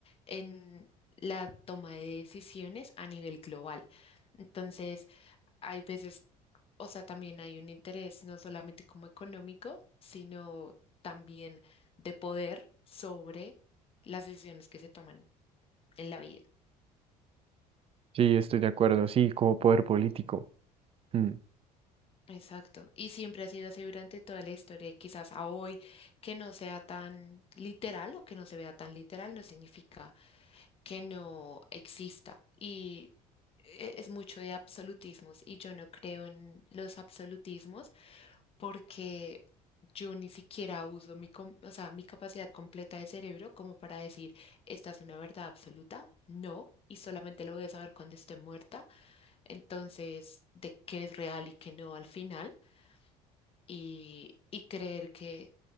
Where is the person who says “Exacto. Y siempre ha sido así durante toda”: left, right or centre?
Left